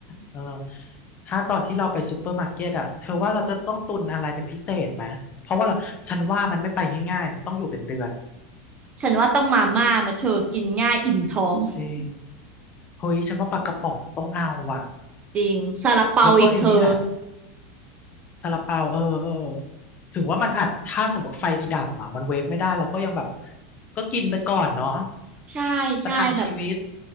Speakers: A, on the left; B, on the right.
A: เออถ้าตอนที่เราไปซูเปอร์มาร์เก็ตอะเธอว่าเราจะต้องตุนอะไรเป็นพิเศษไหมเพราะว่าเราฉันว่ามันไม่ไปง่ายๆ มันต้องอยู่เป็นเดือน
B: ฉันว่าต้องมาม่ามาเธอกินง่ายอิ่มท้อง
A: จริงเฮ้ย ฉันว่าปลากระป๋องต้องเอาอ่ะ
B: จริงซาลาเปาอีกเธอ
A: แล้วก็ไอเนี้ยซาลาเปาเออเออถึงว่ามันอัจถ้าสมมติไฟดับอ่ะมันเวฟไม่ได้แล้วก็ยังแบบก็กินไปก่อนเนาะ
B: ใช่ใช่แบบ
A: ประทังชีวิต